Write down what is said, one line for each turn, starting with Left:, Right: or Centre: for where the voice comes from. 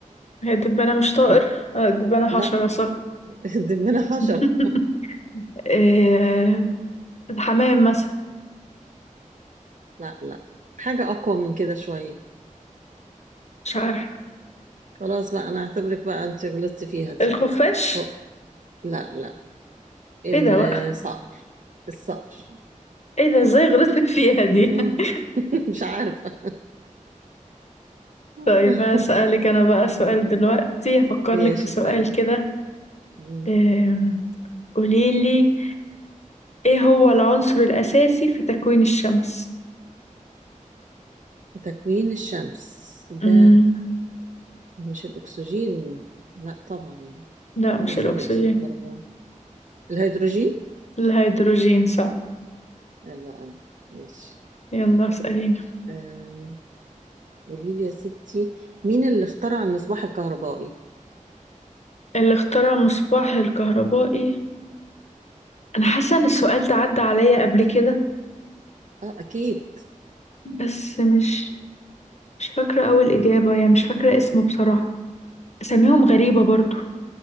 Left: هي الدبانة مش طائر
Right: لا
Left: آه، الدبانة حشرة
Right: لا
Left: صح
Right: <laughs> دبانة حشرة
Left: <laughs> آه، الحمام مثلا
Right: لا لا حاجة اقوى من كده شوية
Left: مش عارفة
Right: خلاص بقى انا اعتبرك بقى انت غلطتي فيها دي
Left: الخفاش
Right: أو. لا لا الصقر
Left: ايه ده بقى
Right: الصقر
Left: ايه ده ازاي غلطت فيها دي
Right: مم.
Left: <laughs>
Right: <laughs> مش عارفة <laughs>
Left: طيب هسألك انا بقى سؤال دلوقتي هفكر
Right: ماشي
Left: لك في سؤال
Right: اسألي
Left: كده
Right: مم.
Left: آم، قوليلي ايه هو العنصر الأساسي في تكوين الشمس
Right: تكوين الشمس ده
Left: مم.
Right: مش الأكسجين لا طبعا
Left: لا
Right: ولا
Left: مش
Right: ثاني
Left: الأكسجين
Right: أكسيد الكربون الهيدروجين
Left: الهيدروجين صح
Right: حلو أوي ماشي
Left: يلا اسأليني
Right: آه، قولي لي يا ستي مين اللي اخترع المصباح الكهربائي؟
Left: اللي اخترع مصباح الكهربائي انا حاسه ان السؤال ده عدى عليا قبل كده
Right: اه أكيد
Left: بس مش مش فاكره اول اجابه يعني مش فاكره اسمه بصراحه اساميهم غريبه برضو